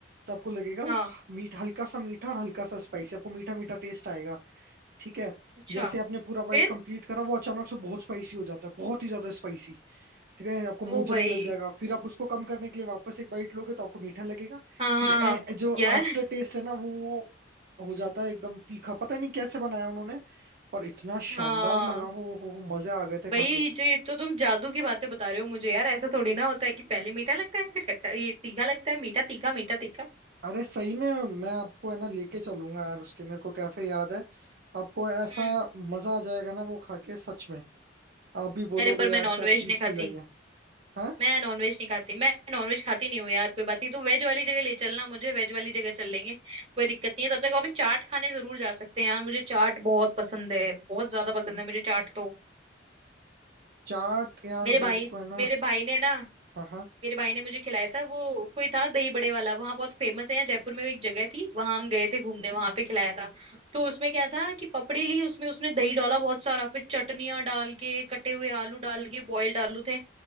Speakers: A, on the right; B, on the right.
A: तो आपको लगेगा वो
B: हाँ
A: थो- मीठ हल्का सा मीठा और हल्का सा स्पाइसी आपको मीठा मीठा टेस्ट आएगा ठीक है
B: अच्छा
A: जैसे आपने पूरा बाइट
B: फिर
A: कंप्लीट करा वो अचानक से बहुत स्पाइसी हो जाता है बहुत ही ज्यादा स्पाइसी ठीक है आपको मुंह
B: ओ
A: जलने
B: भाई
A: लग जाएगा फिर आप उसको कम करने के लिए वापस एक बाइट लोगे तो आपको मीठा लगेगा
B: हाँ हाँ
A: फिर ए,
B: हाँ
A: जो
B: यार
A: आफ्टर टेस्ट है ना वो वो हो जाता है एकदम तीखा पता नहीं कैसे बनाया उन्होंने पर इतना शानदार
B: <laughs> हाँ
A: लगा वो हो, हो, मजे आ गए थे खा
B: भाई ये
A: के।
B: जो ये तो तुम जादू की बातें बता रहे हो मुझे यार ऐसा थोड़ी ना होता है कि पहले मीठा लगता है फिर खट्टा ये तीखा लगता है मीठा तीखा मीठा तीखा
A: अरे सही में मैं आपको है ना लेके चलूंगा यार उसके मेरे को कैफे याद है आपको ऐसा
B: हम्म
A: मजा आ जाएगा ना वो खा के सच में आप भी बोलोगे
B: अरे पर मैं
A: यार
B: नॉनवेज
A: क्या चीज
B: नहीं खाती
A: खिलाई है हाँ
B: मैं नॉनवेज नहीं खाती मैं नॉनवेज खाती नहीं हूँ यार कोई बात नहीं तू वेज वाली जगह ले चलना मुझे वेज वाली जगह चल लेंगे कोई दिक्कत नहीं है तब तक अपन चाट खाने जरूर जा सकते हैं यार मुझे चाट बहुत पसंद है बहुत ज्यादा पसंद है मुझे चाट तो
A: चाट यार
B: मेरे भाई
A: मेरे को है ना
B: मेरे भाई ने ना
A: हाँ हाँ
B: मेरे भाई ने मुझे खिलाया था वो कोई था दही बड़े वाला वहां बहुत फेमस है यहाँ जयपुर में वो एक जगह थी वहां हम गए थे घूमने वहां पे खिलाया था तो उसमें क्या था कि पपड़ी ली उसमें उसने दही डाला बहुत सारा फिर चटनियां डाल के कटे हुए आलू डाल के बॉइल्ड आलू थे